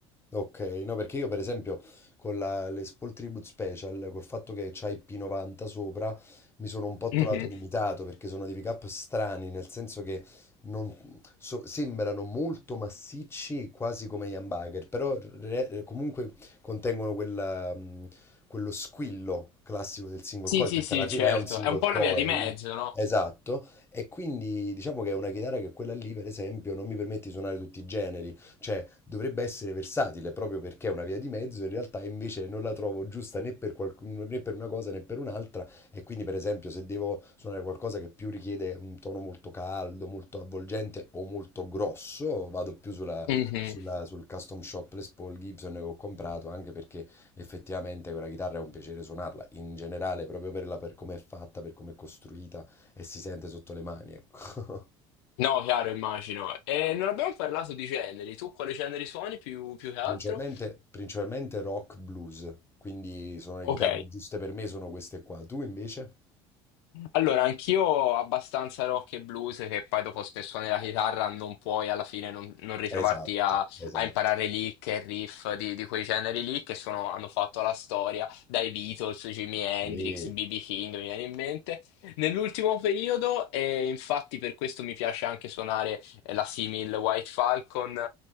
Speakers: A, on the left (about 15°); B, on the left (about 80°).
A: Ok, no, perché io per esempio con la, le Spol Tribute Special, col fatto che c'hai P90 sopra, mi sono un po'
B: Mhm.
A: trovato limitato perché sono dei pick-up strani, nel senso che non- so- sembrano molto massicci, quasi come gli humbucker, però re- comunque contengono quella, mh, quello squillo classico del single
B: Sì,
A: coil,
B: sì,
A: perché
B: sì,
A: alla fine
B: certo,
A: è un single
B: è un po' una
A: coil.
B: via di mezzo, no?
A: Esatto, e quindi diciamo che è una chitarra che quella lì, per esempio, non mi permette di suonare tutti i generi. Cioè, dovrebbe essere versatile proprio perché è una via di mezzo, in realtà invece non la trovo giusta né per, qualc- né per una cosa né per un'altra. E quindi, per esempio, se devo suonare qualcosa che più richiede un tono molto caldo, molto avvolgente o molto grosso, vado più sulla-
B: Mhm.
A: sulla- sul custom shop Les Paul Gibson che ho comprato, anche perché effettivamente quella chitarra è un piacere suonarla in generale, proprio per, la- per come è fatta, per come è costruita e si sente sotto le mani, ecco. <laughs>
B: No, chiaro, immagino. E non abbiamo parlato di generi, tu quali generi suoni più, più che
A: Principalmente,
B: altro?
A: principalmente rock blues, quindi sono le
B: Ok.
A: chitarre giuste per me, sono queste qua. Tu invece?
B: Allora, anch'io abbastanza rock e blues, che poi dopo se suoni la chitarra non puoi alla fine non, non ritrovarti
A: Esatto,
B: a,
A: esatto.
B: a imparare lick e riff di, di quei generi lì che sono- hanno fatto la storia, dai Beatles, Jimi Hendrix,
A: Sì,
B: B.B. King, mi viene in mente. Nell'ultimo periodo, e infatti per questo mi piace anche suonare eh, la simil White Falcon, eh,